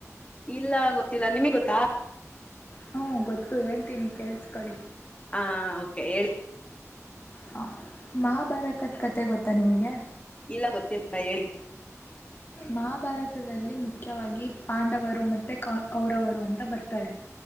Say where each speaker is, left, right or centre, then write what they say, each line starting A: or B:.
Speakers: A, on the left; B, on the left.
A: ಇಲ್ಲ ಗೊತ್ತಿಲ್ಲ ನಿಮಗ್ ಗೊತ್ತಾ
B: ಹ್ಮ ಗೊತ್ತು ಹೇಳ್ತೀನಿ ಕೇಸ್ಕೊಳ್ಳಿ
A: ಆ ಓಕೆ ಹೇಳಿ
B: ಹ ಮಹಾಭಾರತದ ಕತೆ ಗೊತ್ತಾ ನಿಮಗೆ
A: ಇಲ್ಲ ಗೊತ್ತಿಲ್ಲ ಹೇಳಿ
B: ಮಹಾಭಾರತದಲ್ಲಿ ಮುಖ್ಯವಾಗಿ ಪಾಂಡವ ಅವರು ಮತ್ತು ಕ ಕೌರವರು ಅಂತ ಬರ್ತಾರೆ